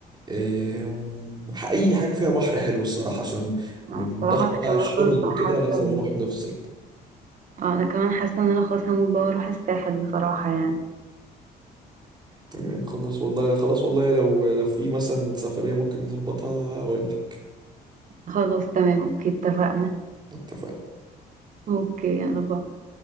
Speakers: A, on the right; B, on the right.
A: أم، اي حاجة فيها بحر حلو الصراحة عشان من
B: الصراحه
A: ضغط
B: انا
A: بقى
B: كمان
A: الشغل
B: خلاص بقى
A: وكده
B: حاسه
A: لازم
B: ان
A: اروح نفصل
B: اه انا كمان حاسه ان انا خلاص هموت بقى واروح الساحل بصراحه يعني
A: تمام خلاص والله خلاص والله لو لو في مثلا سفرية ممكن نظبطها اقول لك
B: خلاص تمام اوكي اتفقنا
A: اتفقنا
B: اوكي يلا باي